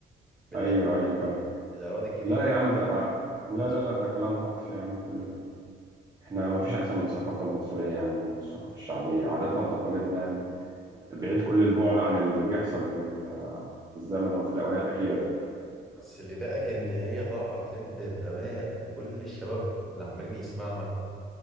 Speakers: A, in the centre; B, on the right.
A: بتاع
B: ايوه ايوه ايوه
A: بتاع الواد الجديد
B: لا
A: ده
B: يا عم ده لا
A: اللي اسمه-
B: لا لا ده كلام هوكس يا عم كل ده احنا ما فيش احسن من الثقافه المصريه يا عم والثقافه الشعبيه عاداتنا وتقاليدنا يعني بعيد كل البعد عن اللي بيحصل في ال- في الزمن وفي الاونه الاخيره ده
A: بس اللي ضايقك ان هي طالعه ترند بغباء وكل الشباب اللي عمالين يسمعها